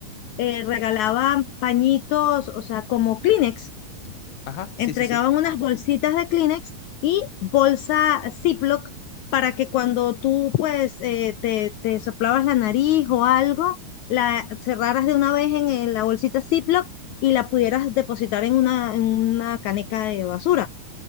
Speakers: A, on the left; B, on the left.
A: eh, regalaban pañitos, o sea, como Kleenex
B: Ajá, sí,
A: entregaban
B: sí, sí.
A: unas bolsitas de Kleenex y bolsa Ziploc para que cuando tú pues eh, te, te soplabas la nariz o algo, la cerraras de una vez en, el- la bolsita Ziploc y la pudieras depositar en una, en una caneca de basura.